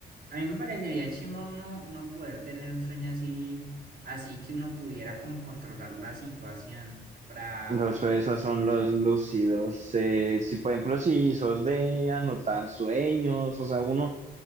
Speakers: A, on the right; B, on the right.
A: a mí me parecería chimba uno, uno poder tener un sueño así, así que uno pudiera como controlar la situación para,
B: Los,
A: por lo menos,
B: esos son los lúcidos. Eh, si, por ejemplo, si sos de anotar sueños, o sea, uno,